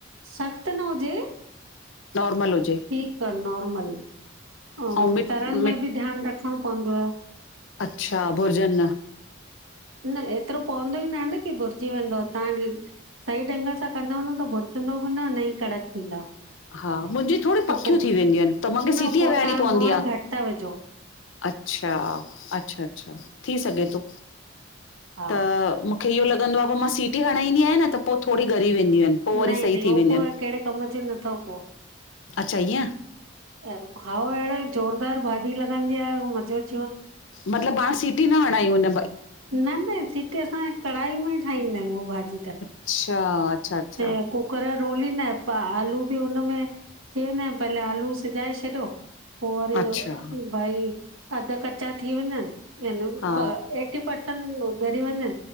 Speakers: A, on the right (about 80°); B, on the left (about 70°).
A: सख़्त न हुजे।
B: नॉर्मल हुजे।
A: ठीक आ नॉर्मल, आऊं
B: ऐं मिट
A: तरण
B: मिट
A: में बि ध्यानु रखिणो पवंदोव।
B: अच्छा, बुर्जन न।
A: न एतिरो पवंदो ई न आहे न की बुरजी वेंदो, तव्हां सही ढंग सां कंदव न त भुरजंदो बि न न ई कड़क थींदव।
B: हा, मुंजी थोरी पकियूं
A: त पो
B: थी वेंदियूं आहिनि, त मूंखे
A: न
B: सीटी
A: पो
B: हणाईणी
A: तव्हां
B: पवंदी
A: मोअण
B: आ।
A: घटि था विझो
B: अच्छा, अच्छा-अच्छा थी सघे तो
A: हा
B: त मूंखे इहो लॻंदो आ पो मां सिटी हणाईंदी आहियां न, त पो थोरी ॻरी वेंदियूं आहिन पो वरी
A: नई
B: सही
A: नई
B: थी
A: उहो
B: वेंदियूं
A: पो
B: आहिन।
A: <unintelligible> नथो पो
B: अच्छा ईअं?
A: एरो खाओ अहिड़ो ज़ोरदार भाॼी लॻंदी आ मज़ो अ
B: मतिलबु पाण सीटी न हणायूं हुन
A: न न सीटी, असां कढ़ाई में ई ठाहींदा आहियूं, उहा भाॼी त।
B: अच्छा। अच्छा अच्छा
A: <unintelligible> कर रोलींदा पा आलू बि हुन में थी वेंदा आहिनि, पहले आलू सिजाए छॾियो। पो वरी
B: अच्छा
A: भई अधु कचा थी वञनि यानि
B: हा
A: एटी परसेंट घरी वञनि,